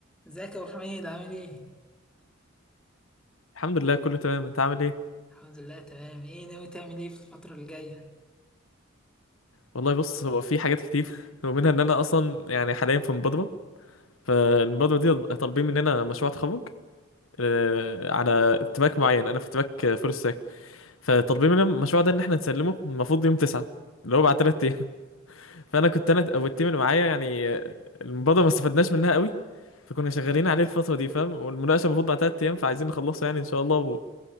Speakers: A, in the centre; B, on the left (about 85°).
A: ازيك يا ابو حميد عامل ايه؟
B: الحمد لله كله تمام انت عامل ايه
A: الحمد لله تمام ايه ناوي تعمل ايه في الفترة اللي جاية؟
B: والله بص هو في حاجات كتير <laughs> ومنها ان انا اصلا يعني حاليا في مبادره فالمبادره دي طالبين مننا مشروع تخرج آه، على تراك معين انا في تراك فول ستاك فطالبين مننا المشروع ده ان احنا نسلمه المفروض يوم 9 اللي هو بعد 3 ايام <laughs> فانا كنت انا والتيم اللي معايا يعني آه، المبادره ما استفدناش منها قوي فكنا شغالين عليه الفتره دي فاهم والمناقشه المفروض بعد 3 ايام فعايزين نخلصه يعني ان شاء الله